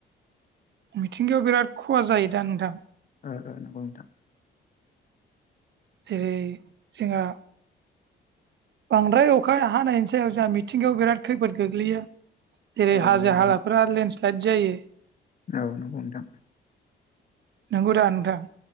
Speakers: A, on the right (about 65°); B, on the left (about 40°).
A: मिथिंगायाव बिराद खहा जायो दा नोंथां
B: ओ ओ नंगौ नोंथां
A: जेरै जोंहा बांद्राय अखा हानायनि सायाव जोंहा मिथिंगायाव बिराद खैफोद गोग्लैयो जेरै
B: औ
A: हाजो
B: नंगौ नोंथां
A: हालाफोरा लेन्डस्लाइद जायो
B: औ नंगौ नोंथां
A: नंगौदा नोंथां